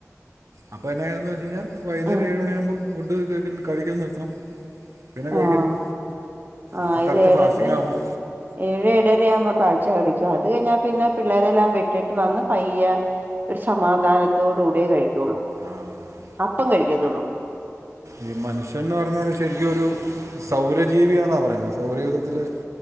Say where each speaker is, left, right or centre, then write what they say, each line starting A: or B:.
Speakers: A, on the right (about 70°); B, on the right (about 40°).
A: അപ്പൊ എന്നാ ചെയ്യണംന്ന് വെച്ച് കഴിഞ്ഞാൽ വൈന്നേരം
B: ഉം
A: ഏഴുമണിയാകുമ്പോൾ ഫുഡ് കഴിക്കല് നിർത്തണം പിന്നെ കഴിക്കരുത്
B: ആഹ് ആഹ്
A: അപ്പൊ കറക്റ്റ്
B: ഇത് ഏഴര
A: ഫാസ്റ്റിംഗ് ആമ്പോ
B: ഏഴ് ഏഴര ആവുമ്പ പാൽ ചായ കുടിക്കും അത് കഴിഞ്ഞാൽ പിന്നെ പിള്ളേരെല്ലാം വിട്ടിട്ട് വന്ന് പയ്യേ ഒരു സമാധാനത്തോട് കൂടിയേ കഴിക്കുള്ളൂ
A: ആഹ്
B: അപ്പം കഴിക്കത്തുള്ളൂ
A: ഈ മനുഷ്യൻന്ന് പറഞ്ഞാല് ശരിക്കും ഒരു സൗരജീവിയാന്നാ പറയുന്നത് സൗരയുഗത്തില്